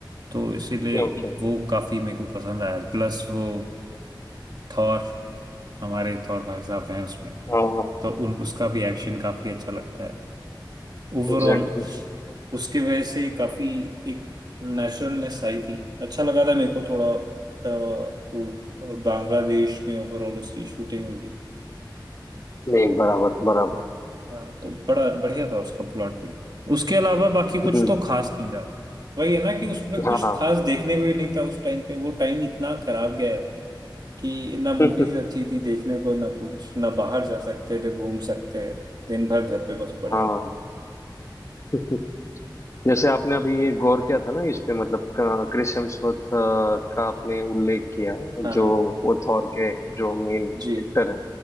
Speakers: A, on the right; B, on the left.
A: तो इसीलिए
B: ओके
A: वो काफी मेरे को पसंद आया प्लस वो थॉर हमारे थॉर भाई साहब हैं उसमें
B: हाँ हाँ
A: तो उन उसका भी एक्शन काफी अच्छा लगता है ओवरऑल
B: एग्जैक्टली
A: उसकी वजह से काफी एक नेचुरलनेस आई थी अच्छा लगा था मेरे को थोड़ा अ, तो बांग्लादेश में ओवरऑल उसकी शूटिंग हुई थी
B: exactly.
A: तो
B: नहीं बराबर बराबर
A: हाँ तो बड़ा बढ़िया था उसका प्लॉट भी उसके अलावा बाकी
B: हम्म
A: कुछ तो खास नहीं था वही है ना कि उसमें कुछ
B: हाँ
A: खास देखने को भी नहीं था उस टाइम पे वो टाइम इतना खराब गया है कि ना मूवीज
B: <laughs>
A: अच्छी थी देखने को ना कुछ ना बाहर जा सकते थे घूम सकते दिन भर घर पे बस पड़े
B: हाँ
A: रहो
B: <laughs> जैसे आपने अभी ये गौर किया था ना इस पे मतलब क्रिस हेम्सवर्थ का आपने उल्लेख किया
A: हाँ हाँ
B: जो वो थॉर के जो मेन
A: जी
B: एक्टर है